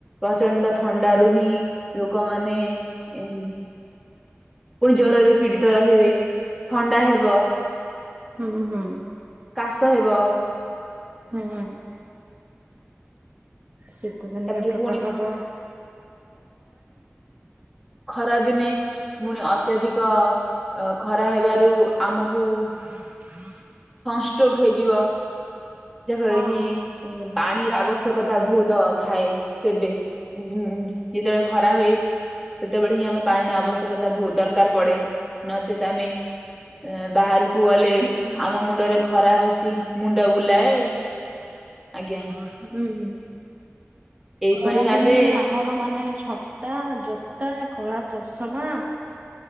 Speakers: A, in the centre; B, on the right (about 35°).
A: ପ୍ରଚଣ୍ଡ ଥଣ୍ଡାରୁୁ ହିଁ ଲୋକମାନେ ଏଁ ପୁଣି ଜ୍ୱରରେ ପୀଡିତ ରହିବେ ଥଣ୍ଡା ହେବ।
B: ହୁଁ-ହୁଁ।
A: କାଶ ହେବ।
B: ହୁଁ ଶୀତ ଦିନ
A: ତାପରେ
B: ଏ ପ୍ରକାର
A: ପୁଣି
B: ହବ।
A: ଖରା ଦିନେ ପୁଣି ଅତ୍ୟଧିକ ଅ ଖରା ହେବାରୁ ଆମକୁ
B: <inaudible>
A: ସଂଷ୍ଟ୍ରୋକ୍ ହେଇଯିବ, ଯାହା ଫଳରେ
B: ହଁ।
A: କି ପାଣିର ଆବ ଶ୍ୟକତା ବହୁତ ଥାଏ ସେବେ, ଉଁ-ଉଁ ଯେତେବେଳେ ଖରା ହୁଏ ସେତେବେଳେ ହିଁ ଆମ ପାଣିର
B: ହୁଁ
A: ଆବଶ୍ୟକତା ବହୁତ୍ ଦରକାର୍ ପଡେ, ନଚେତ୍ ଆମେ ଏଁ ବାହାରକୁ ଗଲେ
B: ଆମେ
A: ଆମ
B: ବି ସବୁ
A: ମୁଣ୍ଡରେ
B: କଥା
A: ଖରା ବସି ମୁଣ୍ଡ ବୁଲାଏ। ଆଜ୍ଞା
B: ହୁଁ-ହୁଁ
A: ଏହିପରି
B: ଖରାଦିନେ
A: ଭାବେ
B: ଆମ ର ମାନେ ଛତା, ଜୋତା, କଳା ଚଷମା